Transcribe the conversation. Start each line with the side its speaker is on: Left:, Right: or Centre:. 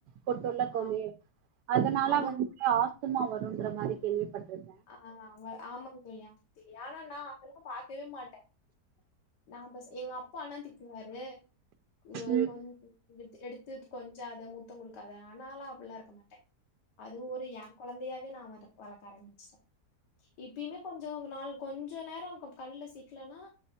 Right: கொட்டுள்ள தோழி
Left: ஆ
Right: அதனால
Left: ஆமாங்
Right: வந்து ஆஸ்த்துமா வருன்ற மாரி கேள்விப்பட்ருக்கே
Left: ஆ வ ஆமாங்க தோழி ஆமாங்க தோழி ஆனா நா அதெல்லா பாக்கவே மாட்டே நா பஸ் எங்க அப்பா ஆனா திட்டுவாரு எ
Right: ம்
Left: கொஞ் டுத்து எடுத்து கொஞ்சாத முத்தோ கொடுக்காத ஆ நாலா அப்ட்ல்லா இருக்க மாட்டே அதுவு ஒரு <unintelligible> கொழந்தையாவே நா த அத வளக்க ஆரம்பிச்சிட்டே இப்யுமே கொஞ்சோ நாளு கொஞ்ச நேர கண்ல சிக் க்கலனா